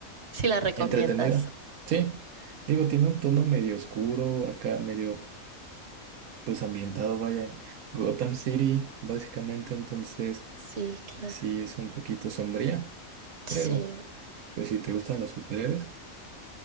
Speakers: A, on the right (about 55°); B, on the right (about 80°).
A: Sí la recomiendas.
B: entretenida. Sí, digo, tiene un tono medio oscuro, acá medio pues ambientado, vaya, en Gotham City, básicamente. Entonces,
A: Sí, claro.
B: sí es un poquito sombría,
A: Sí.
B: pero pues si te gustan los superhéroes,